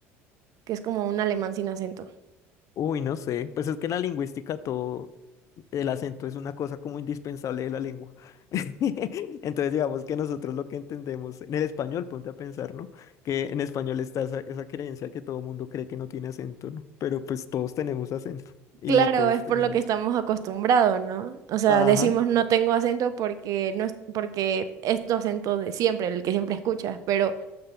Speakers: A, on the right (about 55°); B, on the left (about 50°).
A: que es como un alemán sin acento.
B: uy, no sé, pues es que en la lingüística todo, el acento es una cosa como indispensable de la lengua. <laughs> Entonces digamos que nosotros lo que entendemos en el español, ponte a pensar, ¿no? Que en español está esa, esa creencia que todo mundo cree que no tiene acento, ¿no? Pero pues todos tenemos acento y
A: Claro,
B: todos
A: es
B: tenemos.
A: por lo que estamos acostumbrados, ¿no? O sea,
B: Ajá.
A: decimos no tengo acento porque no es porque es tu acento de siempre, el que siempre escuchas, pero